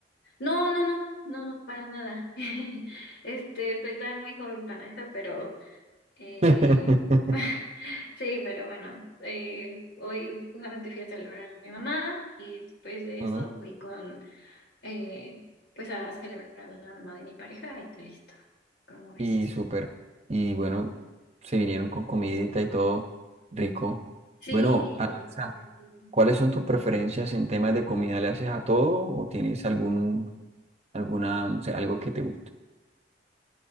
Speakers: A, on the left; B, on the right.
A: No, no, no, no, no, para nada. <laughs> Este, estoy todavía muy joven para eso, pero... Eh,
B: <laughs>
A: <laughs> sí, pero bueno, eh, hoy justamente fui a celebrar a mi mamá y después de
B: Ujú.
A: eso fui con, eh, pues a celebrar a la mamá de mi pareja y listo. ¿Cómo ves?
B: Y súper. Y bueno, se vinieron con comidita y todo rico.
A: Sí,
B: Bueno, Aranza,
A: sí.
B: ¿cuáles son tus preferencias en temas de comida? ¿Le haces a todo o tienes algún, alguna, no sé, algo que te guste?